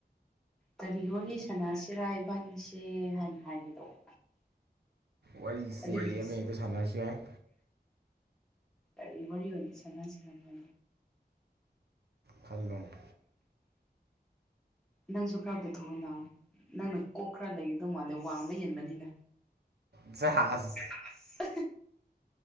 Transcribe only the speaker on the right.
ꯋꯥꯔꯤꯁꯦ
ꯑꯃ ꯍꯦꯛꯇ ꯁꯥꯟꯅꯔꯁꯨ ꯌꯥꯏ
ꯈꯜꯂꯣꯅꯦ
ꯖꯍꯥꯁ